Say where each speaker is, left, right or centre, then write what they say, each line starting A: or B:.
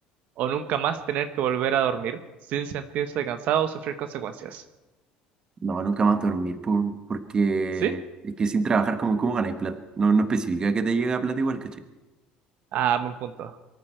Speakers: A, on the right; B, on the right.
A: o nunca más tener que volver a dormir sin sentirse cansado o sufrir consecuencias.
B: No, nunca más dormir, po, porque
A: ¿Sí?
B: es que sin trabajar, cómo cómo ganáis plata? No, no especifica que te llega plata igual,
A: Ah, buen punto.